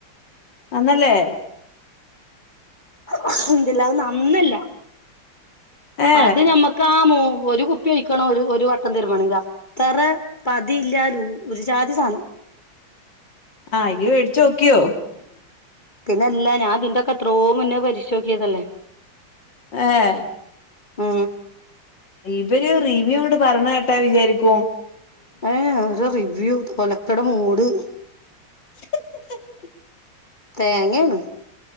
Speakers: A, on the left; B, on the left.
A: നന്നല്ലേ
B: അതു നന്നല്ല
A: ഏ
B: അത് മ്മക്ക് കാമോ ഒരു കുപ്പി ഒഴിക്കണം ഒരു ഒരു വട്ടം തരുമാണെങ്കിൽ അത്ര പതിയില്ലാലൂ ഒരുചാതിസണോ
A: ആ ഇയ്യ് വേടിച്ചു നോക്കിയോ
B: പിന്നെ അല്ല ഞൻതിന്റെൊക്കെ എത്രോ മുന്നേ പരിശോധിക്കിയതല്ലേ
A: ആഹ
B: ആ
A: ഇവര് റിവ്യൂ കൊണ്ട് പറഞ്ഞ കേട്ടാ വിചാരിക്കുവ
B: ഏ ഒരു റിവ്യൂ ഒലക്കട മൂഡ്
A: <inaudible>
B: തേങ്ങാണ്